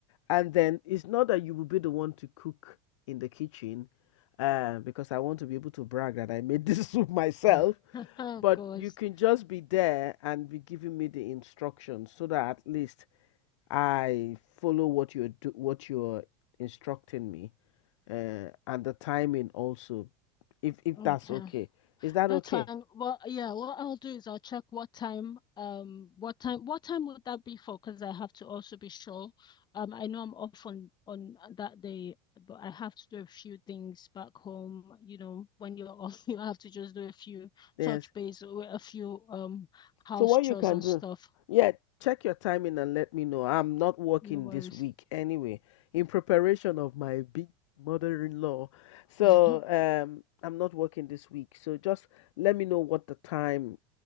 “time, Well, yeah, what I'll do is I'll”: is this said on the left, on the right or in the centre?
Left